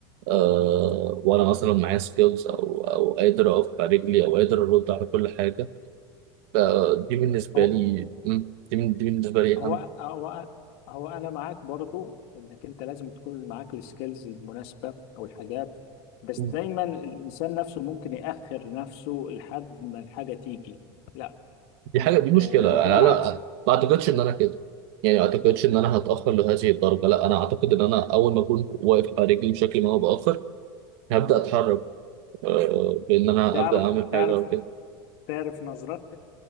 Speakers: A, on the right (about 65°); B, on the left (about 60°).
A: آه وانا مثلا معايا سكيلز او او قادر اقف على رجلي او قادر ارد على كل حاجه ف- دي بالنسبه
B: هو
A: لي مم، دي, من- دي بالنسبه لي
B: هو
A: اهم
B: هو هو انا معاك برضو انك انت لازم تكون معاك السكيلز المناسبه او الحاجات بس
A: مم.
B: دايما الانسان نفسه ممكن ياخر نفسه لحد ما الحاجه تيجي لا
A: دي حاجه دي مشكله
B: آه، ده
A: يعني
B: العكس
A: انا ما اعتقدش ان انا كده يعني ما اعتقدش ان انا هتاخر لهذه الدرجه لا انا اعتقد ان انا اول ما اكون واقف على رجلي بشكل ما هو باخر هبدا اتحرك آه بان انا
B: تعرف
A: ابدا اعمل
B: تعرف
A: حاجه او كده
B: تعرف نظرات